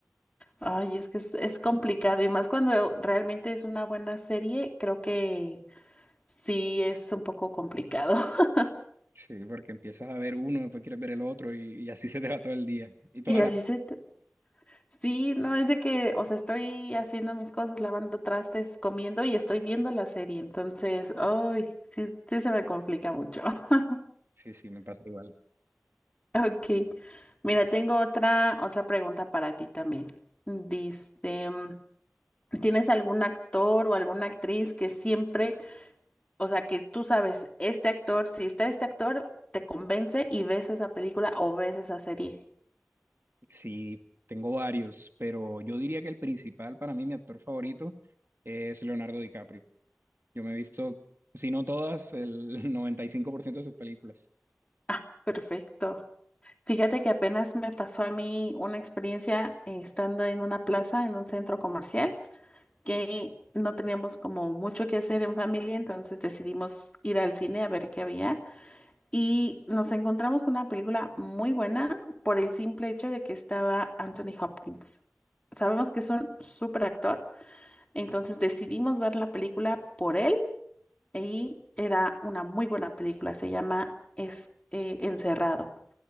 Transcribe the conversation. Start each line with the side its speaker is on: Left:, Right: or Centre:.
Left: Ay, es que es, es complicado y más cuando realmente es una buena serie, creo que sí es un poco complicado. <laughs>
Right: Sí, porque empiezas a ver uno, después quieres ver el otro y, y así se te va todo el día y toda
Left: Y así
Right: la...
Left: se... te- Sí, no es de que, o sea, estoy haciendo mis cosas, lavando trastes, comiendo y estoy viendo la serie, entonces, ay, sí, sí se me complica mucho. <laughs>
Right: Sí, sí, me pasa igual.
Left: Ok, mira, tengo otra, otra pregunta para ti también. Dice, mm, ¿tienes algún actor o alguna actriz que siempre O sea, que tú sabes, este actor, si está este actor, te convence y ves esa película o ves esa serie.
Right: Sí, tengo varios, pero yo diría que el principal para mí, mi actor favorito, es Leonardo DiCaprio. Yo me he visto, si no todas, el <laughs> 95% de sus películas.
Left: Ah, perfecto. Fíjate que apenas me pasó a mí una experiencia eh, estando en una plaza, en un centro comercial, que no teníamos como mucho que hacer en familia, entonces decidimos ir al cine a ver qué había y nos encontramos con una película muy buena por el simple hecho de que estaba Anthony Hopkins. Sabemos que es un súper actor Entonces decidimos ver la película por él y era una muy buena película. Se llama es, eh, Encerrado.